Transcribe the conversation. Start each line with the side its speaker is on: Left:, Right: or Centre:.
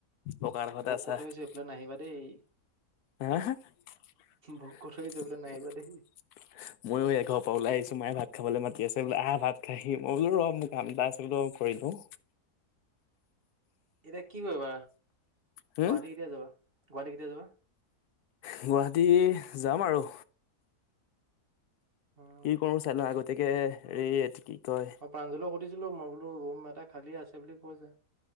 Left: ককাৰ ঘৰতে
Right: বৌক
Left: আছা।
Right: কৈ থৈ
Left: হা
Right: আহিছো এইফালে নাহিবা দেই
Left: ময়ো
Right: বৌক কৈ থৈ আহিছো এইফালে নাহিবা দেই
Left: এঘৰৰ পৰা ওলাই আহিছো মায়ে ভাত খাবলৈ মাতি আছে বোলো আহ ভাত খাইি মই বোলো ৰ মোৰ কাম এটা আছে বোলো কৰি দিওঁ।
Right: এতিয়া কি কৰিবা
Left: হম,
Right: গুৱাহাটী কেতিয়া যাবা গুৱাহাটী কেতিয়া যাবা।
Left: গুৱাহাটী যাম আৰু।
Right: উম
Left: কি কৰো চাই লওঁ আগতে। গতিকে হেৰি এইটো কি? কয়
Right: মই প্ৰাঞ্জলক সুধিছিলো মই বোলো ৰুম এটা। খালী আছে বুলি কৈছে।